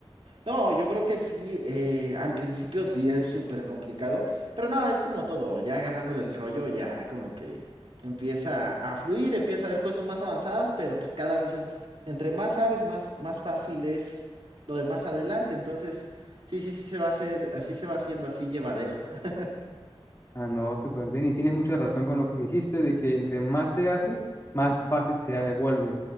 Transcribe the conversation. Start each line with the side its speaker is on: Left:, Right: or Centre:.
Right: No, yo creo que sí, eh, al principio sí es súper complicado, pero no, es como todo, ya agarrándole el rollo, ya como que empieza a fluir, empieza a ver cosas más avanzadas, pero pues cada vez es, entre más sabes, más, más fácil es lo de más adelante, entonces sí, sí, sí se va a hacer, así se va haciendo así llevadero. <laughs>
Left: Ah, no, súper bien. Y tienes mucha razón con lo que dijiste de que entre más se hace, más fácil se devuelve.